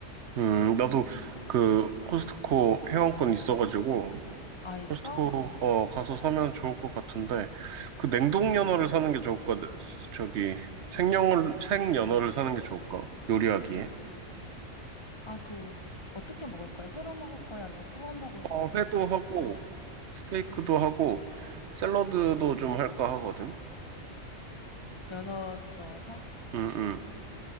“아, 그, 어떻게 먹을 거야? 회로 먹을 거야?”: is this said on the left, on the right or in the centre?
Left